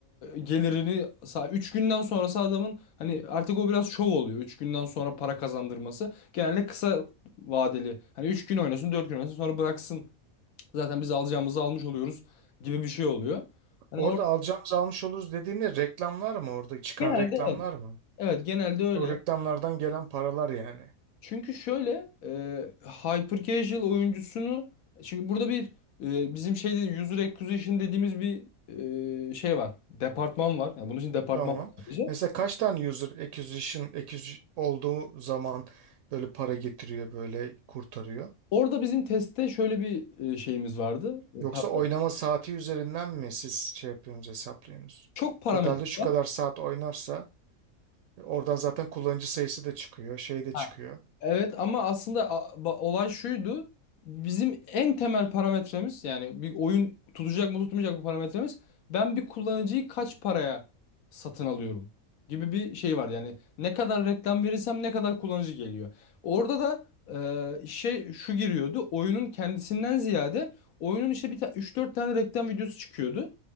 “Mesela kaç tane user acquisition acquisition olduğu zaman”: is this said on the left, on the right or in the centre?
Right